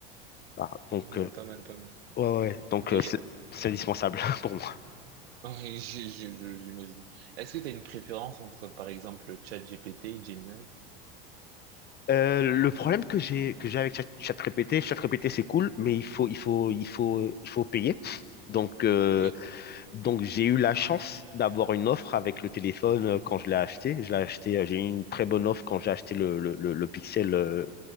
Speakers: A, on the left; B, on the right.
A: Voilà. donc,
B: pas mal,
A: euh,
B: pas mal, pas mal.
A: ouais, ouais. donc
B: Et
A: euh, c'est c'est indispensable <laughs> pour moi.
B: Oui, <laughs> j'ai- j'ai- je- j'imagine. Est-ce que tu as une préférence entre, par exemple, ChatGPT et Gemini?
A: Euh, le problème que j'ai que j'ai avec Chat- ChatGPT, ChatGPT c'est cool, mais il faut il faut il faut il faut payer. Donc euh,
B: Oui.
A: Donc, j'ai eu la chance d'avoir une offre avec le téléphone euh, quand je l'ai acheté. Je l'ai acheté, euh, j'ai eu une très bonne offre quand j'ai acheté le, le, le, le Pixel, euh,